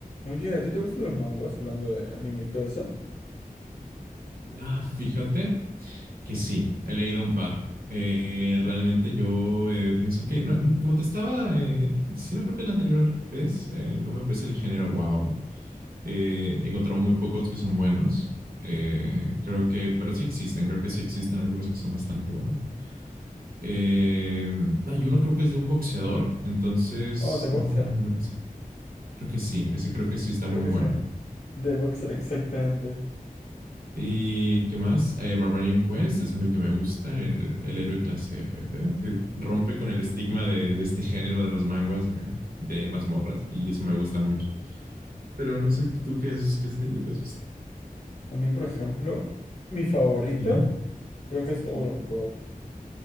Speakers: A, on the left; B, on the right.
A: Oye, ¿a ti te gustan los manguas hablando de anime y todo eso?
B: Ah, fíjate que sí, he leído un par. Eh, realmente yo eh, pienso que, no, no, como te estaba eh, diciendo, creo que la anterior vez, eh, no me parece el género wow. Eh, he encontrado muy pocos que son buenos. Eh, creo que, pero sí existen, creo que sí existen algunos que son bastante buenos. Eh, hay uno creo que es de un boxeador, entonces
A: Oh, The Boxer.
B: no me acuerdo el nombre exacto. Creo que sí, ese
A: Creo
B: creo que
A: que sí,
B: sí está
A: creo
B: muy
A: que
B: bueno.
A: se llama. The Boxer, exactamente.
B: ¿Y qué más? Eh, Barbarian Quest es algo que me gusta, el, el héroe clase FF, que rompe con el estigma de, de este género de los manguas de, de mazmorras, y eso me gusta mucho. Pero no sé tú qué, es, qué has leído, qué has visto.
A: A mí, por ejemplo, mi favorito
B: Ujú.
A: creo que es Tower of God.